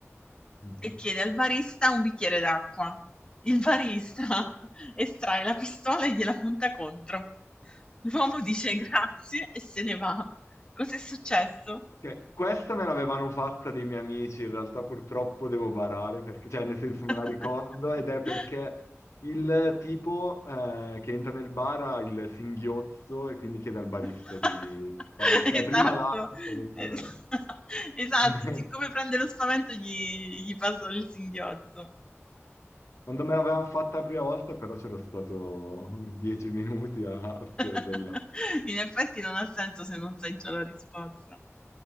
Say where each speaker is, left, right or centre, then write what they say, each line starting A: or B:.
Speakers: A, on the left; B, on the left.
A: Mhm.
B: e chiede al barista un bicchiere d'acqua. Il barista <laughs> estrae la pistola e gliela punta contro. L'uomo dice grazie e se ne va. Cos'è successo?
A: Ok, Questa me l'avevano fatta dei miei amici, in realtà purtroppo devo barare, perché, cioè nel senso me
B: <laughs>
A: la ricordo ed è perché il tipo eh, che entra nel bar ha il singhiozzo e quindi chiede al barista
B: <laughs>
A: di... Cioè
B: Esatto,
A: prima l'acqua... poi-
B: esa
A: eh.
B: <laughs> esatto,
A: <laughs>
B: siccome prende lo spavento gli gli passa il singhiozzo.
A: Quando me l'avevano fatta la prima volta però c'ero stato dieci minuti a a scervellare.
B: <laughs> In effetti non ha senso se non sai già la risposta.